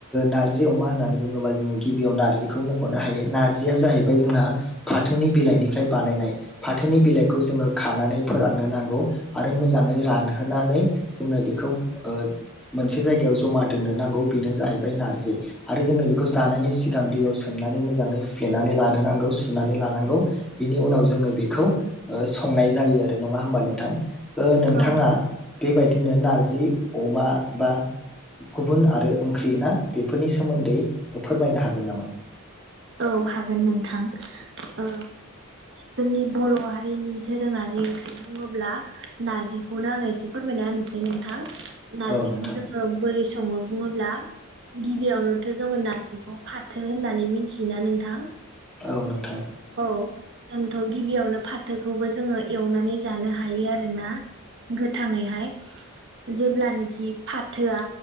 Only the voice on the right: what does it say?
औ
औ हागोन नोंथां औ जोंनि बर' हारिनि दोरोङारिखौ बुङोब्ला नारजिखौनो आङो एसे फोरमायना होनोसै नोंथां। नारजिखौ
जोङो बोरै सङो बुङोब्ला गिबियावनोथ' जोङो नारजिखौ फाथो होननानै मि थियो ना नोंथां?
औ जोंथ' गिबियावनो फाथोखौबो जोङो एवनानै जानो हायो आरोना, गोथाङैहाय जेब्लानखि फाथोआ